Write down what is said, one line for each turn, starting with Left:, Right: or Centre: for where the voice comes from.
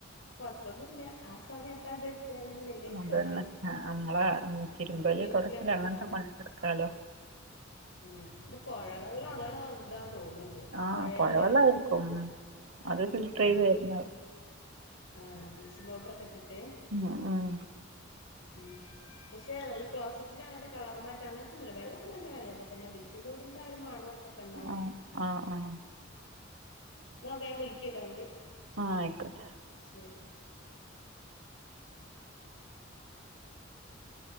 Left: കൊ ഴപ്പൊന്നുല്ല ആ സമയത്ത് അത് എത്തിയാലന്നെ വല്യ കിട്ടലാണ്
Right: അതന്നെ ആ അ മ്മളെ ചിരുമ്പല്ലി
Left: മുടി കൊഴിച്ചിലൊക്കെ
Right: തുടക്കാന് അങ്ങൻ
Left: ഉണ്ടാവോ
Right: ത്തെ പണിടുക്കാലോ
Left: ഉം ഇ ത് പുഴവെള്ളം അങ്ങനെ എന്താ തോന്നുന്നുണ്ട്
Right: ആ
Left: പുഴയിലെ
Right: പുഴവെള്ളമായിരിക്കും
Left: വെള്ളം
Right: ഉം അത് ഫിൽട്രീ
Left: ആഹ്
Right: യ്ത് തരുന്ന
Left: ആഹ് ബ്ലീചിങ് പൗഡർ ഒക്കെ ഇട്ടിട്ട്
Right: <unintelligible>
Left: ഉം പക്ഷെ ഈ ക്ലോസിറ്റിന് അങ്ങത്തെ കളർമാറ്റം അങ്ങനത്തെന്നല്ല വെള്ളൊക്കെ നല്ല വെള്ളൊക്ക തന്നെ ബീച്ച് ഇപോടെന്ത ഒരു മണം ന്തൊ ക്കെ ണ്ടാവും
Right: ആ ആ ആ
Left: എന്നാ വേം വിളിക്കീ ട്ടോ
Right: ആ ഹ് ആയിക്കോട്ടെ
Left: ശരി ഉ